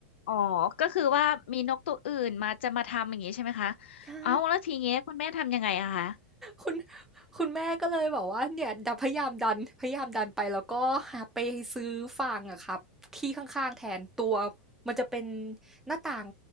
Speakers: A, on the left; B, in the centre.
A: อ๋อ ก็คือว่ามีนกตัวอื่นมาจะมาทำอย่างนี้ใช่ไหมคะ
B: ใช่
A: เอ้าแล้วทีเงี้ยคุณแม่ทำยังไงอะคะ
B: คุณ คุณแม่ก็เลยบอกว่าเนี่ยดันพยายามดันพยายามดันไปแล้วก็หาไปซื้อฟางอะครับที่ข้างๆแทนตัวมันจะเป็นหน้าต่าง